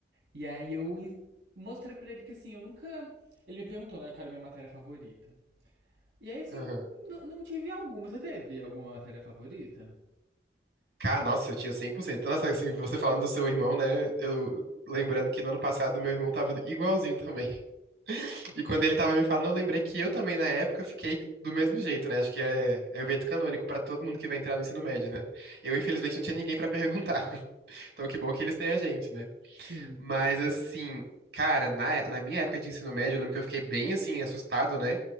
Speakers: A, on the right; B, on the right.
A: E aí eu en- mostrei pra ele que assim, eu nunca. Ele me perguntou, né, qual era a minha matéria favorita. E aí, assim,
B: Aham.
A: eu n- não tive alguma. Você teve alguma matéria favorita?
B: Cara, nossa, eu tinha cem por cento. Nossa, assim, você falando do seu irmão, né? Eu lembrando que no ano passado meu irmão tava igualzinho também. <laughs> E quando ele tava me falando, eu lembrei que eu também, na época, fiquei do mesmo jeito, né? Acho que é, é evento canônico pra todo mundo que vai entrar no ensino médio, né? Eu, infelizmente, não tinha ninguém pra perguntar. <laughs> Então, que bom que eles têm a gente, né?
A: Sim.
B: Mas assim, cara, na, na minha época de ensino médio, eu lembro que eu fiquei bem assim, assustado, né?